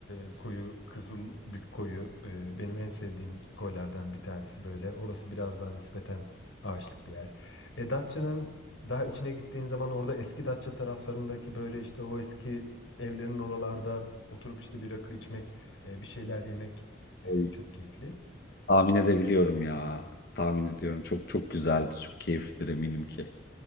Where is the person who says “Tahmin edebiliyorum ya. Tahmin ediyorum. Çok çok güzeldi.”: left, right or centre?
Left